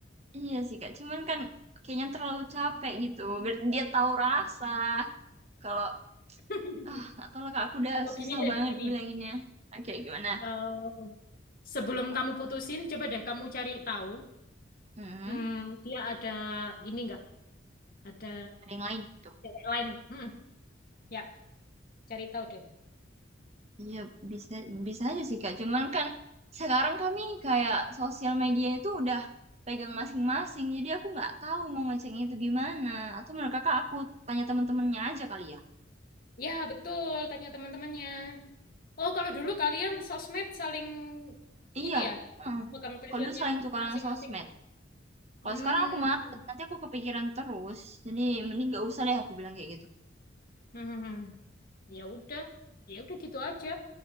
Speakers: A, on the right; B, on the left.
A: iya sih Kak. Cuman kan kayaknya terlalu capek gitu. Biar dia tahu rasa kalau
B: <laughs>
A: Ah, nggak tahu lah kak, aku udah
B: Oh
A: susah
B: gini deh,
A: banget
B: gini.
A: bilanginnya. Oke, gimana?
B: Eh, sebelum kamu putusin, coba deh kamu cari tahu.
A: Hmm,
B: Hmm, dia ada ini nggak? Ada
A: ada yang lain tuh.
B: cewek lain? Hmm, ya cari tahu deh.
A: Iya, bisa bisa aja sih kak. Cuman kan sekarang kami kayak sosial media itu udah pegang masing-masing. Jadi aku nggak tahu mau ngeceknya itu gimana. Atau menurut kakak aku tanya temen-temennya aja kali ya.
B: Ya betul, tanya teman-temannya. Oh kalau dulu kalian sosmed saling
A: Iya.
B: ini ya,
A: heeh.
B: megang passwordnya
A: Kalau dulu saling tukaran
B: masing-masing.
A: sosmed.
B: ya?
A: Kalau
B: Hmm.
A: sekarang aku malas,
B: Hmm.
A: nanti aku kepikiran terus. Jadi mending nggak usah deh aku bilang kayak gitu.
B: hmm, hmm. Ya udah. Ya udah gitu aja.